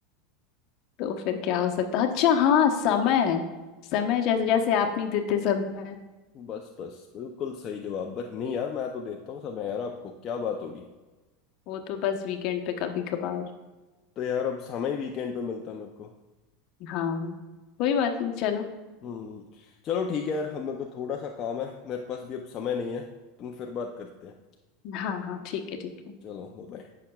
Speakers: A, on the left; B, on the left.
A: तो फिर क्या हो सकता अच्छा हाँ समय समय जैसे जैसे
B: आ,
A: आप नहीं देते समय
B: बस बस बिल्कुल सही जवाब पर नहीं यार मैं तो देता हूँ समय यार आपको क्या बात होगी
A: वो तो बस वीकेंड पे कभी कभार
B: तो यार अब समय वीकेंड पे मिलता है मेरे को
A: हाँ कोई बात नहीं चलो
B: हम्म चलो ठीक है यार अब मेरे को थोड़ा सा काम है मेरे पास भी अब समय नहीं है तुम फिर बात करते हैं
A: हाँ हाँ ठीक है ठीक है
B: चलो बाय